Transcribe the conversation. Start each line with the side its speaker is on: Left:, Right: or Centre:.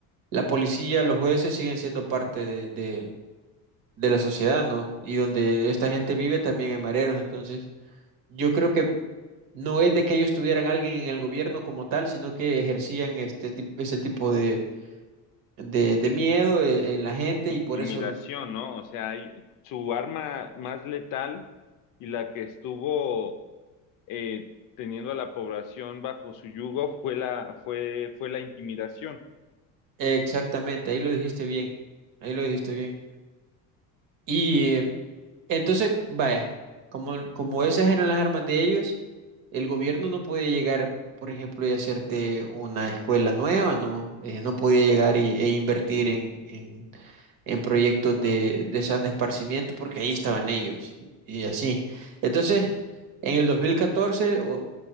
Right: la policía, los jueces siguen siendo parte de, de- de la sociedad, ¿no? Y donde esta gente vive también hay mareros, entonces yo creo que no es de que ellos tuvieran alguien en el gobierno como tal, sino que ejercían este, tip- ese tipo de, de, de miedo eh, en la gente
Left: intimidación,
Right: y por eso
Left: ¿no? O sea, hay, su arma más letal y la que estuvo eh, teniendo a la población bajo su yugo fue la, fue, fue la intimidación.
Right: Exactamente, ahí lo dijiste bien, ahí lo dijiste bien. Y eh, entonces, vaya, como, como esas eran las armas de ellos, el gobierno no podía llegar, por ejemplo, y hacerte una escuela nueva, ¿no? Eh, no podía llegar y, e invertir en, en, en proyectos de, de sano esparcimiento porque ahí estaban ellos y así. Entonces, en el 2014 o-